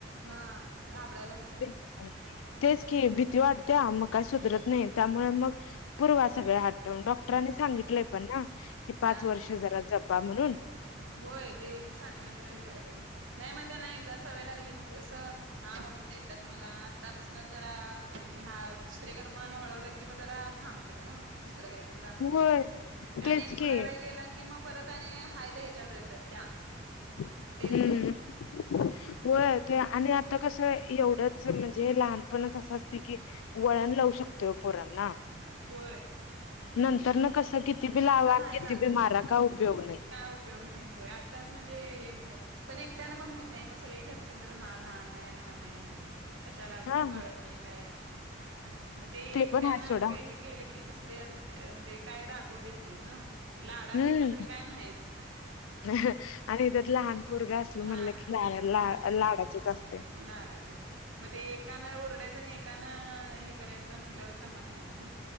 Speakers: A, on the right (about 75°); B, on the left (about 80°).
A: हा. घाबरायला होत.
B: ह <unintelligible> तेच कि भीती वाटते मग काही सुधरत नाही त्यामुळे मग पूर्वा सगळ ह डॉक्टरांनी सांगितलंय पण ना की
A: हा
B: पाच
A: हा
B: वर्ष जरा जपबा म्हणून
A: होय ते म सांगितले म्हट हे करायला पाहिजे नाही मग त्यांना एकदा सवय लागली की कसं हा बा येतात मला आत्तापसून जरा म्हणजे हा दुसरेकड मन वळवलं कि मग जरा थांबतात ना दुसरं काहीतरी दाखवलं
B: होय
A: की
B: तेच
A: आणि एक थोडा
B: की
A: वेळ गेला किं म परत आणि हाय तर हायत्या यांच्यावर येतात त्या
B: हम्म
A: तेच द्या.
B: हम्म. होय ते आणि आता कसं एवढंच म्हणजे लहानपणच असं असते की वळण लावू शकतोय पोरांना
A: होय.
B: नंतर ना कसं किती
A: नंतर
B: बी लावा
A: नाही
B: आणि किती
A: लागत
B: बी मारा का उपयोग नाही.
A: काय उपयोग नाही होय आत्ताच म्हणजे एक पण एकट्याना पण होत नाही मग सगळी घरची म्हण हा लहान आहे, लहान आहे. कशाला अजून
B: हा
A: कळत नाही काय. मग ते एकट्यानं
B: पण आहे सोडा
A: हे केलं की दुसर्या म्हणजे काय रागव देत नाहीत ना लाडाच
B: हम्म
A: असला तरी काय नाहीच.
B: आणि त्याच्यात लहान पोरग असल म्हणलं
A: लहान
B: की लाड ला
A: नाही
B: लाडाचेच असते.
A: लाडाचे. मग ते एकानं ओरडायचं आणि एकानं हे करायचं म्हटलं जमत नाही ना ते